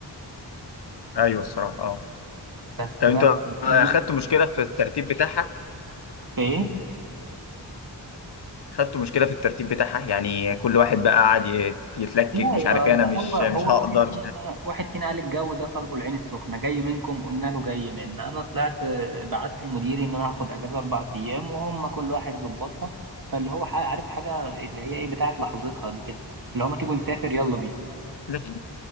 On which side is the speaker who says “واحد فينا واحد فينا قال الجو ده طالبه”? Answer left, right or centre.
Right